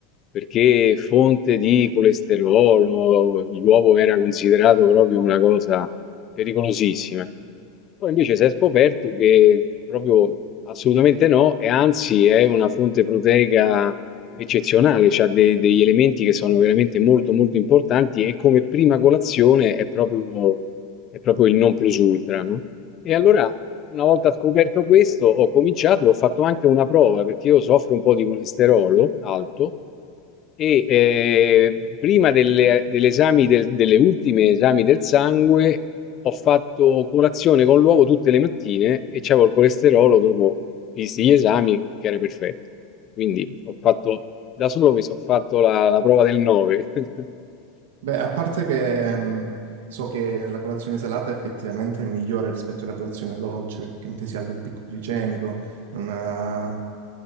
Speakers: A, on the left (about 35°); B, on the right (about 80°).
A: Perché fonte di colesterolo, l'uovo era considerato proprio una cosa pericolosissima. Poi invece si è scoperto che proprio assolutamente no, e anzi è una fonte proteica eccezionale, ha degli elementi che sono veramente molto molto importanti e come prima colazione è proprio, è proprio il non plus ultra, no? E allora una volta scoperto questo, ho cominciato e ho fatto anche una prova, perché io soffro un po' di colesterolo alto e eh, prima delle, dell'esami del- delle ultime esami del sangue ho fatto colazione con l'uovo tutte le mattine e c'avevo il colesterolo dopo, visti gli esami, che era perfetto. Quindi ho fatto, da solo mi sono fatto la, la prova del 9. <laughs>
B: Beh, a parte che mh, so che la colazione salata effettivamente è migliore rispetto alla colazione dolce perché non ti si alza il picco glicemico, non ha-